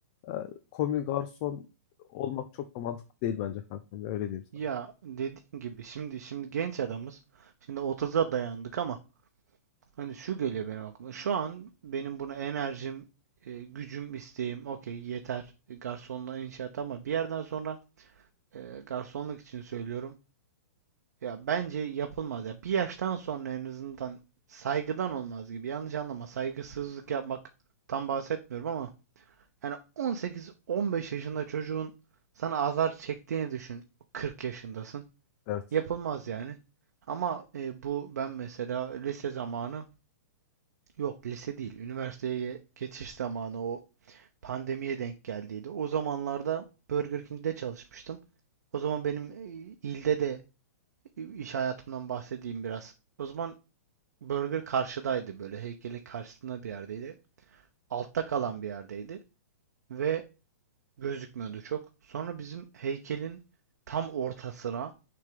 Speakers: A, on the left; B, on the right.
A: e, komi garson olmak çok da mantıklı değil bence kankam. Ya Öyle diyeyim sana.
B: ya dediğin gibi şimdi şimdi genç adamız. Şimdi otuz'a dayandık ama hani şu geliyor benim aklıma. Şu an benim buna enerjim, e, gücüm, isteğim okey yeter. E, Garsonluğa inşaat ama bir yerden sonra e, garsonluk için söylüyorum. Ya bence yapılmaz ya. Bir yaştan sonra en azından saygıdan olmaz gibi. Yanlış anlama. Saygısızlık yapmak tam bahsetmiyorum ama yani 18-15 yaşında çocuğun sana azar çektiğini düşün. 40 yaşındasın.
A: Evet.
B: Yapılmaz yani. Ama e, bu ben mesela lise zamanı yok lise değil. Üniversiteye geçiş zamanı o pandemiye denk geldiydi. O zamanlarda Burger King'de çalışmıştım. O zaman benim e, ilde de e, iş hayatımdan bahsedeyim biraz. O zaman Burger karşıdaydı böyle heykelin karşısında bir yerdeydi. Altta kalan bir yerdeydi ve gözükmüyordu çok. Sonra bizim heykelin tam ortasına